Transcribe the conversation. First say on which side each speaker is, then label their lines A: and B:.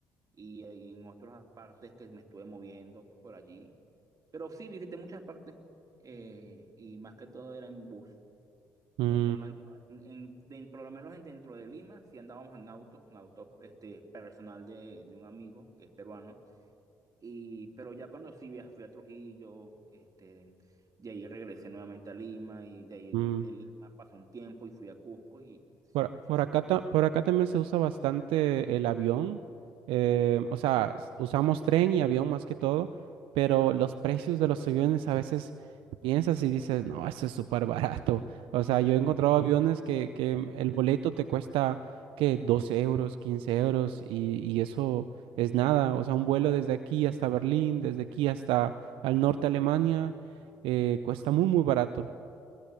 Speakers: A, on the right (about 35°); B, on the right (about 70°).
A: y, eh, y en otras partes que me estuve moviendo por allí. Pero sí, visité muchas partes eh, y más que todo era en bus.
B: Mm,
A: En, algu- en, en- de- por lo menos en- dentro de Lima, sí andábamos en auto, en auto este, personal de, de un amigo que es peruano. Y, pero ya cuando sí via- fui a Trujillo, este, de ahí regresé nuevamente a Lima y de ahí
B: mm.
A: de Lima pasó un tiempo y fui a Cusco y
B: Por,
A: eso
B: por acá, ta- por acá también se usa bastante el avión. eh, o sea, s- usamos tren y avión más que todo, pero los precios de los aviones a veces piensas y dices, no, esto es súper barato. O sea, yo he encontrado aviones que, que el boleto te cuesta que 12 euros, 15 euros y, y eso es nada. O sea, un vuelo desde aquí hasta Berlín, desde aquí hasta al norte de Alemania, eh, cuesta muy, muy barato.